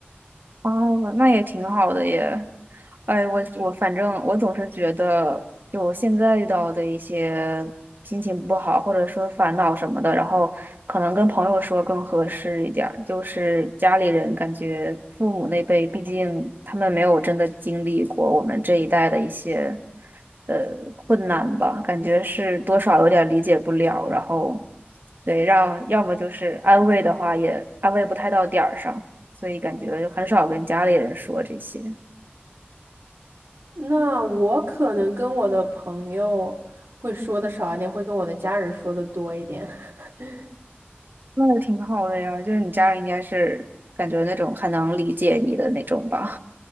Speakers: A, on the right (about 55°); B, on the right (about 80°).
A: 哦，那也挺好的耶。哎，我我反正我总是觉得，就我现在遇到的一些心情不好，或者说烦恼什么的，然后可能跟朋友说更合适一点儿。就是家里人感觉父母那辈，毕竟他们没有真的经历过我们这一代的一些呃困难吧，感觉是多少有点理解不了。然后对，让要么就是安慰的话也安慰不太到点儿上。所以感觉就很少跟家里人说这些。
B: 那我可能跟我的朋友会说的少一点，会跟我的家人说的多一点。<laughs>
A: 那也挺好的呀，就是你家人应该是感觉那种很能理解你的那种吧？